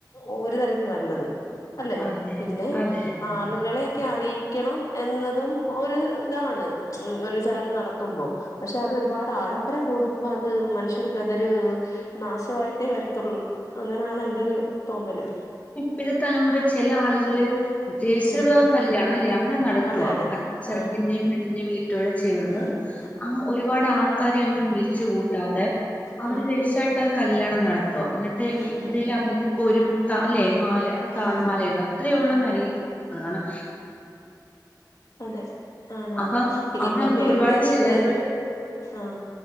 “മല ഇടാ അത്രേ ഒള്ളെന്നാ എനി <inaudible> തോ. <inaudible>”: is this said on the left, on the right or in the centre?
Left